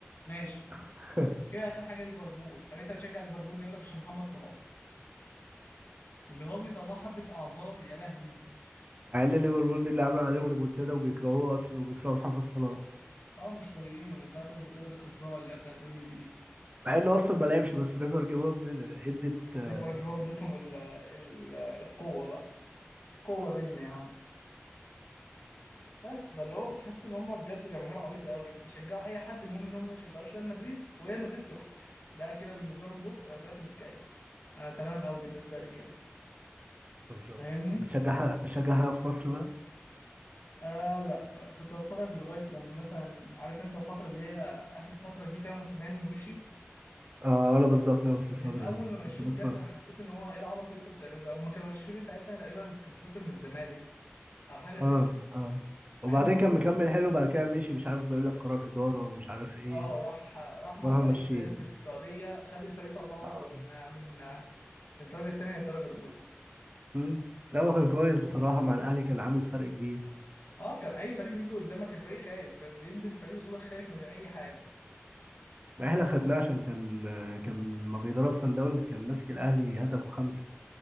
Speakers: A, on the left; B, on the right.
A: ماشي
B: <laughs>
A: هي اخر حاجه ليفربول طب انت بتشجع ليفربول ليه يقول لك عشان محمد صلاح اللي هو بيطلع حبه اعذار يا لهوي
B: مع ان ليفربول دي اللي عامله عليهم ريمونتادا وبيكرهوه اصلا وبيكرهوا محمد صلاح
A: اه مش طايقين ومن ساعه المنتدى اللي خسرها اللي هي بتاعت اوريجي دي
B: مع انه اصلا ما لعبش بس نيفر جيف اب ادت آه،
A: نيفر جيف اب اديتهم ال ال القوه بقى قوه مني يا عم بس فاللي هو بتحس ان هم بجد جماهير عبيطه قوي بيشجعوا اي حد المهم ان هم ما يشجعوش ريال مدريد وريال مدريد تخسر ده كده بالنسبه لهم بص انا دلوقتي متكيف انا تمام قوي بالنسبه لي كده
B: بالظبط
A: فاهمني
B: بتشجعها بتشجعها في مصر بقى
A: آه لا آه، كنت بتفرج لغايه لما مثلا عارف انت الفتره اللي هي اخر فتره جه فيها موسيماني ومشي
B: اه انا بالظبط انا نفس
A: من
B: الفترة
A: اول
B: دي
A: ما مشوه
B: كنت بتفرج
A: بجد انا حسيت ان هو ايه العبط اللي انتوا بتعملوه ده هما كانوا مشوه ليه ساعتها تقريبا كان خسر من الزمالك او حاجه زي
B: اه
A: كده
B: اه وبعدين
A: مع انه
B: كان مكمل حلو بعد كده مشي مش عارف بيقول لك قرار إدارة ومش عارف ايه
A: اه راح راح مع
B: وراح
A: فريق
B: ماشيين
A: تاني في السعوديه خد الفريق طلعه
B: اه
A: من من من الدرجه التانيه للدرجه الاولى
B: امم لا هو كان كويس بصراحة مع الأهلي كان عامل فرق كبير
A: اه كان اي فريق بيجي قدامك الفريق خايف كان بينزل الفريق قصادك خايف من اي حاجه
B: ما احنا
A: اللي
B: خدناه
A: هو
B: عشان كان كان ما بيدرب سان داونز كان ماسك الأهلي هتكوا خمسة